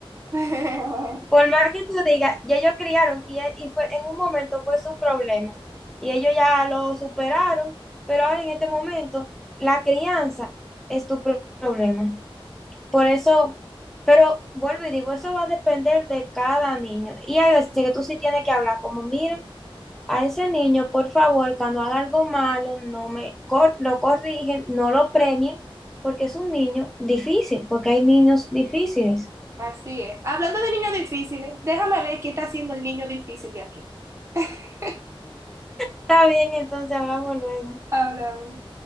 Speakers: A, on the right; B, in the centre.
A: <laughs>
B: Por más que tú digas, ya ellos criaron y, e- y fue, en un momento fue su problema y ellos ya lo superaron, pero ahora en este momento la crianza es tu pro- problema. Por eso, pero vuelvo y digo, eso va a depender de cada niño. Y hay veces que tú sí tienes que hablar como, miren, a ese niño, por favor, cuando haga algo malo, no me cor- lo corrigen, no lo premien, porque es un niño difícil, porque hay niños difíciles.
A: Así es. Hablando de niños difíciles, déjame ver qué está haciendo el niño difícil de aquí. <laughs>
B: Está bien, entonces hablamos luego.
A: Hablamos.